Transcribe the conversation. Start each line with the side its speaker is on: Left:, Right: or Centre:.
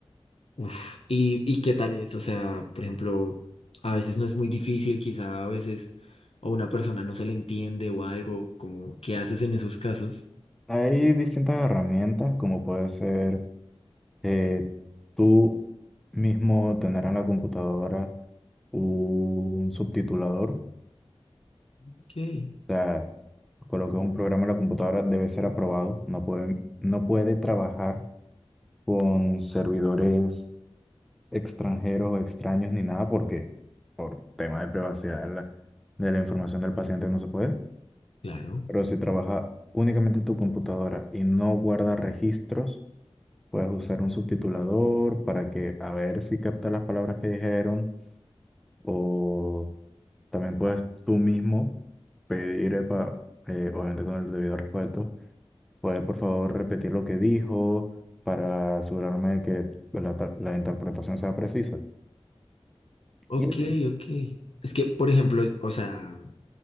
Left: Uf, ¿y, y qué tal es? O sea, por ejemplo, a veces no es muy difícil, quizá a veces, o una persona no se le entiende o algo, como, ¿qué haces en esos casos?
Centre: hay distintas herramientas como puede ser eh, tú mismo tener en la computadora un subtitulador. O
Left: Ok,
Centre: sea, coloques un programa en la computadora, debe ser aprobado. No puede, no puede trabajar con servidores extranjeros o extraños ni nada porque por tema de privacidad de la, de la información del paciente no se puede.
Left: claro.
Centre: Pero si trabaja únicamente en tu computadora y no guarda registros, puedes usar un subtitulador para que a ver si capta las palabras que dijeron o también puedes tú mismo pedir, epa, eh, obviamente con el debido respeto, ¿Puede por favor repetir lo que dijo para asegurarme de que la, tra- la interpretación sea precisa?
Left: Ok,
Centre: Y así.
Left: ok. Es que, por ejemplo, o sea,